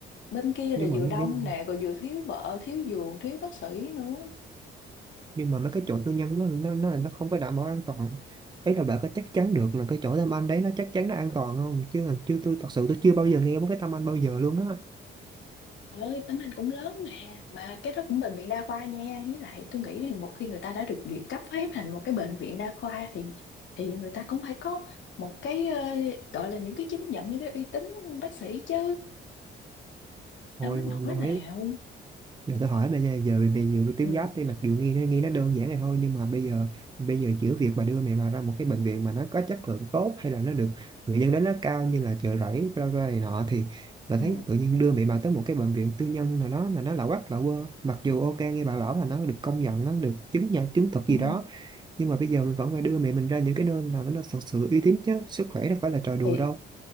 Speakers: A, on the left; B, on the right.
A: bên kia
B: nhưng
A: là
B: mà
A: vừa
B: mấy-
A: đông
B: nhưng
A: nè rồi vừa thiếu vợ thiếu giường thiếu bác sĩ nữa
B: nhưng mà mấy cái chỗ tư nhân nó nó nó, nó không có đảm bảo an toàn ấy là bạn có chắc chắn được là cái chỗ Tâm Anh đấy nó chắc chắn nó an toàn không chứ là chưa tôi thật sự tôi chưa bao giờ nghe một cái Tâm Anh bao giờ luôn á
A: ơi tấm anh cũng lớn mà mà cái đó cũng bệnh viện đa khoa nha với lại tôi nghĩ rằng một khi người ta đã được duyệt cấp phép thành một cái bệnh viện đa khoa thì thì người ta cũng phải có một cái ờ, gọi là những cái chứng nhận những cái uy tín bác sĩ chứ
B: hồi
A: đâu đến
B: hồi,
A: nỗi
B: hồi
A: nào
B: Để tôi hỏi bây giờ, giờ về về nhiều cái tuyến
A: ừ
B: giáp đi mặc dù nghe nó nghe nó đơn giản này thôi nhưng mà bây giờ bây giờ giữa việc mà đưa mẹ vào ra một cái bệnh viện mà nó có chất lượng tốt hay là nó được người dân đánh giá cao như là Chợ Rẫy bla bla này nọ thì bà
A: ừ
B: thấy tự nhiên đưa mẹ bà tới một cái bệnh viện tư nhân nào đó mà nó lạ quắc lạ quơ mặc dù ok nghe bà bảo là nó được công nhận nó được chứng nhận chứng thực gì
A: ừ
B: đó nhưng mà bây giờ mình vẫn phải đưa mẹ mình ra những cái nơi nào nó thật sự uy tín chứ sức khỏe đâu phải là trò đùa
A: thì
B: đâu